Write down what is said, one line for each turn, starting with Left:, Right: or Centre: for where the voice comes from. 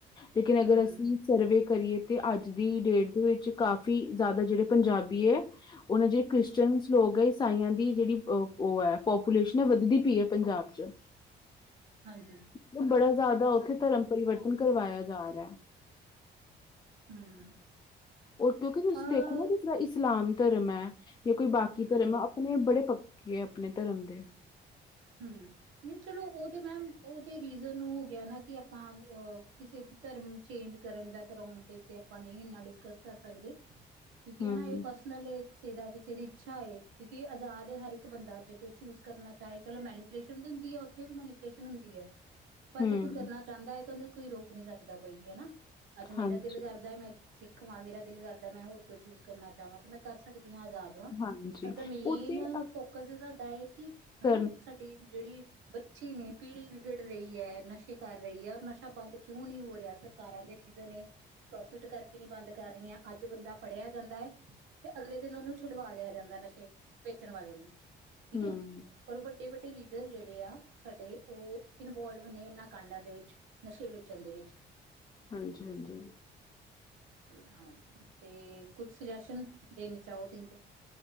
Left: ਲੇਕਿਨ, ਅਗਰ
Right: ਹਮ
Left: ਅਸੀਂ ਸਰਵੇ ਕਰੀਏ ਤੇ ਅੱਜ ਦੀ ਡੇਟ ਦੇ ਵਿੱਚ ਕਾਫੀ ਜਾਦਾ ਜੇੜੇ ਪੰਜਾਬੀ ਏ ਔਨ ਜੇ ਕ੍ਰਿਸਚਨਸ ਲੋਗ ਐ ਈਸਾਈਆਂ ਦੀ ਜੇੜੀ ਅ ਔ ਐ, ਪਾਪੂਲੇਸ਼ਨਾ ਵੱਧਦੀ ਪਈ ਏ ਪੰਜਾਬ ਚ
Right: ਹਾਂਜੀ।
Left: ਬ ਬੜਾ ਜਾਦਾ ਔਥੇ ਧਰਮ ਪਰਿਵਰਤਨ ਕਰਵਾਯਾ ਜਾ ਰਿਐ।
Right: ਹਮ
Left: ਔ ਕਿਉਂਕਿ ਤੁਸੀਂ
Right: ਅ
Left: ਦੇਖੋ ਨਾ ਜਿਸਰਾ ਇਸਲਾਮ ਧਰਮ ਐ ਯਾ ਕੋਈ ਬਾਕੀ
Right: ਹਾਂਜੀ
Left: ਧਰਮ ਐ, ਅਪਣੇ ਬੜੇ ਪੱਕੇ ਆ ਅਪਣੇ ਧਰਮ ਦੇ।
Right: ਹੂੰ, ਨਹੀਂ ਚਲੋ ਔ ਤੇ ਮੈਮ ਓਹ ਤੇ ਰੀਜਨ ਹੋ ਗਿਆ ਨਾ ਕਿ ਅਪਾਂ ਅ ਕਿਸੇ ਚ ਧਰਮ ਚੇਂਜ ਕਰਨ ਜਾਂ ਕਰੋਣ ਦੇ ਤੇ ਅਪਾਂ ਨਹੀਂ ਇੰਨਾ ਡਿਸਕਸ ਕਰ ਸਕਦੇ, ਕਿਉਂਕਿ
Left: ਹਮ
Right: ਅਨਾ ਏਹ ਪਰਸ ਨਾਲੇ ਕਿਸੇ ਦਾ ਕਿਸੇ ਦੀ ਇੱਛਾ ਹੋਏ, ਕਿਉਂਕਿ ਅਜ਼ਾਦ ਏ ਹਰ ਇੱਕ ਬੰਦਾ ਜੇ ਕੋਈ ਚੂਸ ਕਰਨਾ ਚਾਏ। ਚਲੋ ਮੈਨੀਪੂਲੇਸ਼ਨ ਤੇ ਹੁੰਦੀ ਐ, ਔਥੇ ਵੀ ਮੈਨੀਪੂਲੇਸ਼ਨ ਹੁੰਦੀ ਐ, ਪਰ
Left: ਹਮ
Right: ਜੇ ਕੋਈ ਕਰਨਾ ਚਾਹਦਾ ਹੈ ਤੇ ਉਹਨੂੰ ਕੋਈ ਰੋਕ ਨੀ ਸਕਦਾ ਕੋਈ ਵੀ ਹੈਨਾ। ਅੱਜ
Left: ਹਾਂਜੀ
Right: ਮੇਰਾ ਦਿਲ ਕਰਦਾ ਏ ਮੈਂ ਸਿੱਖਵਾਂ ਮੇਰਾ ਦਿਲ ਕਰਦਾ ਮੈਂ ਹੋਰ ਕੋਈ ਚੂਜ ਕਰਨਾ ਚਾਹਵਾਂ ਤੇ ਮੈਂ ਕਰ ਸਕਦੀ ਹਾਂ, ਆਜ਼ਾਦ
Left: ਹਾਂਜੀ
Right: ਪਰ ਦਾ ਮੇਨ
Left: ਉਹ ਤੇ ਅ
Right: ਫੋਕਸ ਸਾਡਾ ਇਹ ਕਿ ਹੈਨਾ,
Left: ਕਰਨ
Right: ਸਾਡੀ ਜਿਹੜੀ ਬੱਚੇ ਨੇ ਪੀੜੀ ਵਿਗੜ ਰਹੀ ਹੈ, ਨਸ਼ੇ ਕਰ ਰਹੀ ਹੈ, ਔਰ ਨਸ਼ਾ ਬੰਦ ਕਿਉਂ ਨਹੀਂ ਹੋ ਰਿਹਾ। ਸਰ ਸਰਕਾਰਾਂ ਦੇ ਰੀਜ਼ਨ ਏ, ਪ੍ਰੋਫਿਟ ਕਰਕੇ ਨੀ ਬੰਦ ਕਰ ਰਹੀਆਂ। ਅੱਜ ਬੰਦਾ ਫੜ੍ਹਿਆ ਜਾਂਦਾ ਏ ਤੇ ਅਗਲੇ ਦਿਨ ਔਨੂੰ ਛੁਡਵਾ ਲਿਆ ਜਾਂਦੈ ਨਸ਼ੇ ਵੇਚਣ ਵਾਲੇ ਨੂੰ, ਠੀਕ
Left: ਹਮ
Right: ਹੈ। ਪਰ ਵੱਡੇ-ਵੱਡੇ ਲੀਡਰ ਜੇੜੇ ਆ ਸਾਡੇ ਔ ਇਨਵੋਲਵ ਨੇ ਏਨਾਂ ਕਾਂਡਾਂ ਦੇ ਵੇ ਨਸ਼ੇ ਵੇਚਣ ਦੇ ਵੇਚ।
Left: ਹਾਂਜੀ, ਹਾਂਜੀ।
Right: ਹਾਂ, ਤੇ ਕੁੱਛ ਸੁਜੈਸ਼ਨ ਦੇਣੀ ਚਾਹੋ, ਤੇ ਈ ਤੇ